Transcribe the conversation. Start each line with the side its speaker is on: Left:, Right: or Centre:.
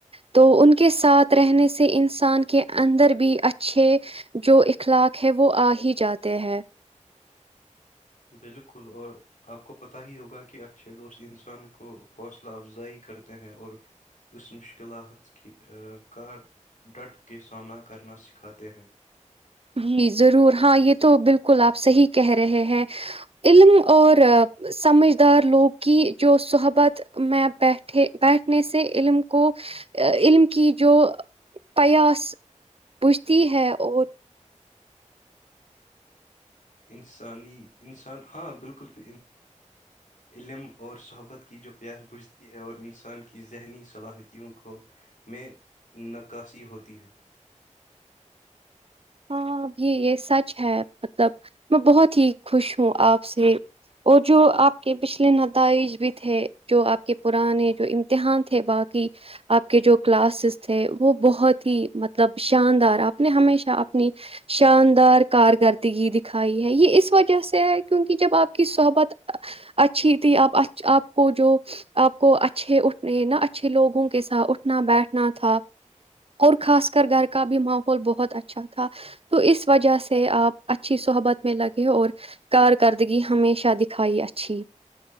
Right: تو ان کے ساتھ رہنے سے انسان کے اندر بھی اچھے جو اخلاق ہے وہ آ ہی جاتے ہیں
Left: بالکل اور آپ کو پتہ ہی ہوگا کہ اچھے دوست انسان کو حوصلہ افزائی کرتے ہیں اور اس مشکلات کا ڈٹ کے سامنا کرنا سکھاتے ہیں
Right: جی ضرور ہاں یہ تو بالکل آپ صحیح کہہ رہے ہیں علم اور سمجھدار لوگ کی جو صحبت میں بیٹھے بیٹھنے سے علم کو علم کی جو پیاس بجھتی ہے اور
Left: انسانی انسان ہاں بالکل پ علم اور صحبت کی جو پیاس بجھتی ہے اور انسان کی ذہنی صلاحیتوں کو میں نکاسی ہوتی ہے
Right: ہاں یہ یہ سچ ہے مطلب میں بہت ہی خوش ہوں آپ سے اور جو آپ کے پھلے نتائج بھی تھے جو آپ کے پرانے جو امتحان تھے باقی آپ کے جو کلاسز تھے وہ بہت ہی مطلب شاندار آپ نے ہمیشہپ اپنی شاندار کارکردگی دکھائی ہے یہ اس وجہ سے ہے کیونکہ جب آپ کی صحبت اچھی تھی آپ آپ کو جو آپ کو اچھے اٹھنے نہ اچھے لوگوں کے ساتھ اٹھنا بیٹھنا تھا اور خا کر گھر کا بھی ماحول بہت اچھا تھا تھا تو اس وجہ سے آپ اچھی صحبت میں لگے اور کارکردگی ہمیشہ دکھائی اچھی